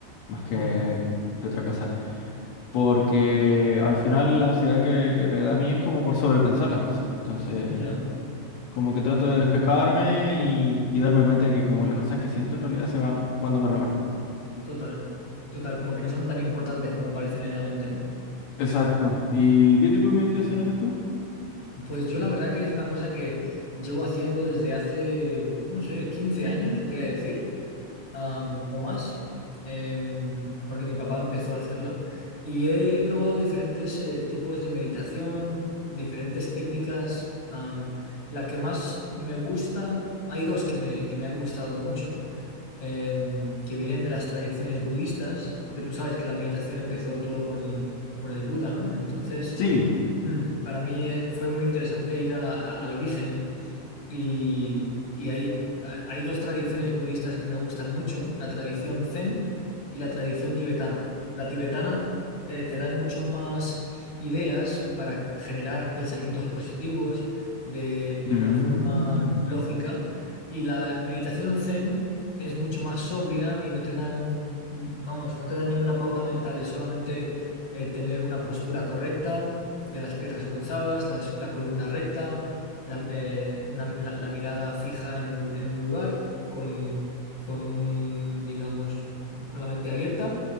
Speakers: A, on the left; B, on the left.
A: más que,
B: Ujú,
A: que otra cosa. Porque al final la ansiedad que, que me da a mí es como por sobrepensar las cosas. Entonces
B: Ya,
A: como que trato de despejarme y, y darme cuenta que como las cosas que siento en realidad se van cuando me relajo.
B: total, total, como que no son tan importantes como parecen en la mente, ¿no?
A: Exacto. ¿Y qué tipo de meditación haces tú?
B: Pues yo la verdad que es una cosa que llevo haciendo desde hace, no sé, 15 años, voy a decir, am, o más, em, porque mi papá empezó a hacerla. Y he, he probado diferentes eh, tipos de meditación, diferentes técnicas. am, la que más me gusta, hay dos que me, que me han gustado mucho, em, que vienen de las tradiciones budistas, porque tú sabes que la meditación empezó todo con, con el Buda, ¿no? Entonces...
A: Sí.
B: Mm, para mí eh, fue muy interesante ir a la- a- al origen, ¿no? Y, y hay, hay dos tradiciones budistas que me gustan mucho, la tradición zen y la tradición tibetana. La tibetana eh, te dan mucho más ideas para generar pensamientos positivos de, de
A: Mm.
B: una forma lógica y la meditación zen es mucho más sobria y no te dan, vamos, no te dan ninguna pauta mental, es solamente eh, tener una postura correcta de las piernas cruzadas, las- la columna recta la, eh, una- la- la mirada fija en un, en un lugar, con, con un, digamos, con la mente abierta,